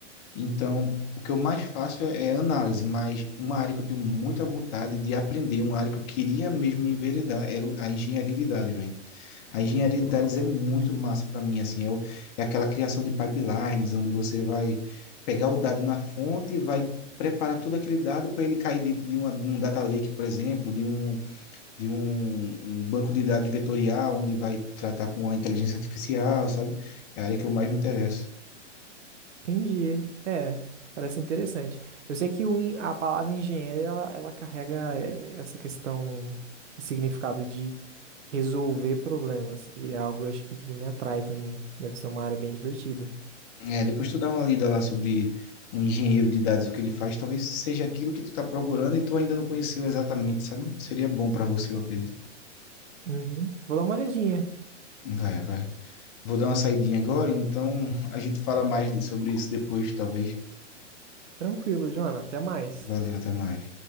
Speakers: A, on the left (about 35°); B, on the right (about 75°).
A: Então, o que eu mais faço é, é análise, mas uma área que eu tenho muita vontade de aprender, uma área que eu queria mesmo me enveredar, era a engenharia de dados, velho. A engenharia de dados é muito massa para mim, assim, é, o- é aquela criação de pipelines, onde você vai pegar o dado na fonte e vai preparar todo aquele dado para ele cair dentro de uma, de um data lake, por exemplo, de um, um banco de dados vetorial, onde vai tratar com a inteligência artificial, sabe? É a área que eu mais me interesso.
B: Entendi. É, parece interessante. Eu sei que o en- a palavra engenheiro, ela, ela carrega eh, essa questão e significado de resolver problemas. E é algo, eu acho que, que me atrai também. Deve ser uma área bem divertida.
A: É, depois tu dá uma lida lá sobre o engenheiro de dados, o que ele faz, talvez seja aquilo que tu tá procurando e tu ainda não conheceu exatamente, sabe? Seria bom para você, eu acredito.
B: Uhum. Vou dar uma olhadinha.
A: Vai, vai. Vou dar uma saidinha agora, então <laughs> a gente fala mais de- sobre isso depois, talvez.
B: Tranquilo, Jona. Até mais.
A: Valeu, até mais.